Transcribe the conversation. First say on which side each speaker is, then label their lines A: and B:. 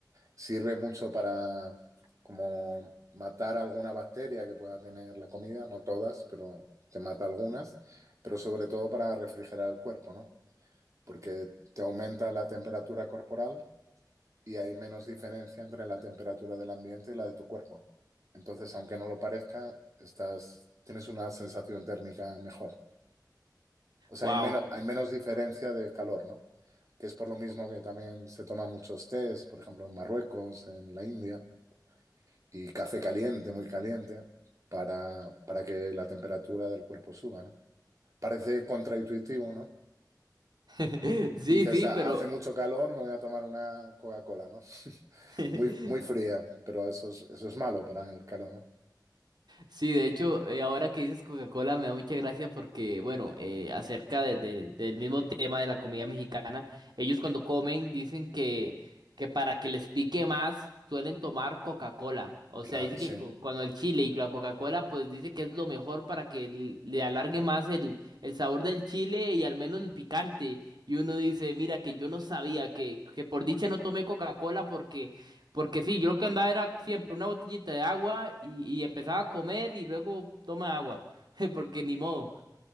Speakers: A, on the right; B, on the right.
A: sirve mucho para como matar alguna bacteria que pueda tener la comida, no todas, pero te mata algunas, pero sobre todo para refrigerar el cuerpo, ¿no? Porque te aumenta la temperatura corporal y hay menos diferencia entre la temperatura del ambiente y la de tu cuerpo. Entonces, aunque no lo parezca, estás, tienes una sensación térmica mejor. O sea,
B: Wow.
A: hay menos, hay menos diferencia de calor, ¿no? Que es por lo mismo que también se toman muchos tés, por ejemplo, en Marruecos, en la India, y café caliente, muy caliente, para, para que la temperatura del cuerpo suba, ¿no? Parece contraintuitivo, ¿no?
B: <laughs> Sí,
A: Y dices,
B: sí,
A: "Ah,
B: pero
A: hace mucho calor, me voy a tomar una Coca-Cola, ¿no?
B: <laughs>
A: Muy, muy fría, pero eso es, eso es malo para el calor, ¿no?
B: Sí, de hecho, eh, ahora que dices Coca-Cola me da mucha gracia porque, bueno, eh, acerca de- de- del mismo tema de la comida mexicana, ellos cuando comen dicen que, que para que les pique más suelen tomar Coca-Cola. O
A: Claro,
B: sea, dice
A: sí.
B: que cu- cuando el chile y la Coca-Cola, pues dice que es lo mejor para que l- le alargue más el, el sabor del chile y al menos el picante. Y uno dice, mira, que yo no sabía que, que por dicha no tomé Coca-Cola porque... Porque sí, yo lo que andaba era siempre una botellita de agua y, y empezaba a comer y luego toma agua. <laughs> Porque ni modo.